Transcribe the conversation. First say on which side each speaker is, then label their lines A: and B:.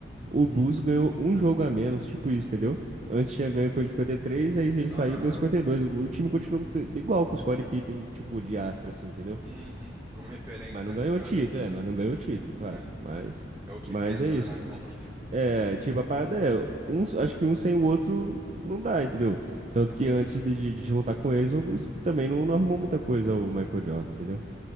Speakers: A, on the right; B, on the right.
A: o
B: Uhum.
A: Bulls ganhou um jogo a menos, tipo isso, entendeu? Antes tinha ganho com ele 53, aí ele
B: Aham.
A: saiu e ganhou 52. O o time continuou te- igual com o Scottie Pippen, tipo, de astro, assim, entendeu?
B: Uhum. Como referência,
A: Mas não ganhou
B: né, no caso,
A: título,
B: né?
A: é, mas não ganhou título, claro.
B: É.
A: Mas,
B: É o que
A: mas
B: pesa,
A: é isso.
B: né, na conta.
A: É, tipo, a parada é, um, acho que um sem o outro não dá, entendeu? Tanto que antes de, de, de juntar com eles, o Augusto também não, não arrumou muita coisa o Michael Jordan, entendeu?